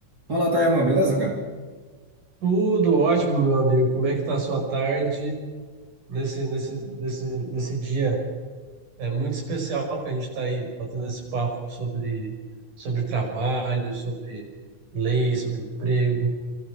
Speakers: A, on the right; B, on the right.
A: Fala, Tayaman, beleza, cara?
B: Tudo ótimo, meu amigo. Como é que tá a sua tarde nesse, nesse, nesse, nesse dia? É muito especial que a gente está aí batendo esse papo sobre, sobre trabalho, sobre lei, sobre emprego. O